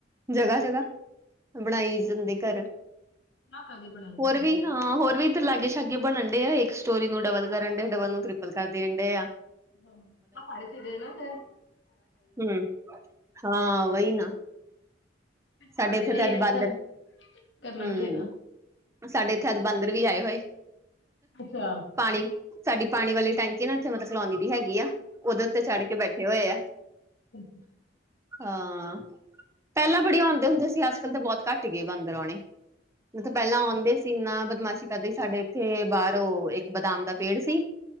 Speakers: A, on the right; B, on the left.
A: ਜਗ੍ਹਾ- ਜਗ੍ਹਾ। ਬਣਾਈ ਜਾਂਦੇ ਘਰ
B: ਨਾ ਕਾਹਦੇ ਬਣਾਈ
A: ਹੋਰ
B: ਜਾਂਦੀ
A: ਵੀ ਹਾਂ ਹੋਰ ਵੀ ਤੇ ਲਾਗੇ ਸ਼ਾਗੇ ਬਣਨ ਡੇ ਆਏ ਇੱਕ ਸਟੋਰੀ ਨੂੰ ਡਬਲ ਕਰਨ ਡੇ ਡਬਲ ਨੂੰ ਟ੍ਰਿਪਲ ਕਰ ਦੇਣ ਡੇ ਆ।
B: ਹਾਂ ਆਪਾਂ ਆਏ ਚੱਲੀਆਂ ਨਾ ਫੇਰ
A: ਹੂੰ ਹਾਂ ਵਹੀ ਨਾ।
B: ਚਲੋ
A: ਸਾਡੇ
B: ਵਧੀਆ
A: ਇੱਥੇ ਤੇ
B: ਹੀ
A: ਅੱਜ
B: ਹੈ
A: ਬਾਂਦਰ
B: ਕਰ- ਕਰਨਾ
A: ਹੂੰ
B: ਵੀ ਚਾਹੀਦਾ
A: ਸਾਡੇ ਇੱਥੇ ਅੱਜ ਬਾਂਦਰ ਵੀ ਆਏ ਹੋਏ।
B: ਅੱਛਾ
A: ਪਾਣੀ ਸਾਡੀ ਪਾਣੀ ਵਾਲੀ ਟੈਂਕੀ ਇੱਥੇ ਨਾ ਮਤਲਬ ਕੀ ਕਲੋਨੀ ਵੀ ਹੈਗੀ ਆ ਉਹਦੇ ਉੱਤੇ ਚੜ੍ਹ ਕੇ ਬੈੇਠੇ ਹੋਏ ਆ।
B: ਹੂੰ
A: ਹਾਂ ਪਹਿਲਾਂ ਬੜੇ ਆਉਂਦੇ ਹੁੰਦੇ ਸੀ ਅੱਜ ਕੱਲ੍ਹ ਤਾਂ ਬਹੁਤ ਘੱਟ ਗਏ ਬਾਂਦਰ ਆਉਣੇ। ਜਿੱਥੇ ਪਹਿਲਾਂ ਆਉਂਦੇ ਸੀ ਨਾ ਬਦਮਾਸ਼ੀ ਕਦੇ ਸਾਡੇ ਇੱਥੇ ਬਾਹਰੋਂ ਉਹ ਇੱਕ ਬਦਾਮ ਦਾ ਪੇੜ ਸੀ।